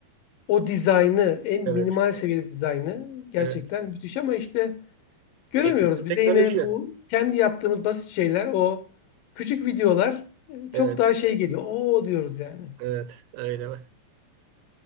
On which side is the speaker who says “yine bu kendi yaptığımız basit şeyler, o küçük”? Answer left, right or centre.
Left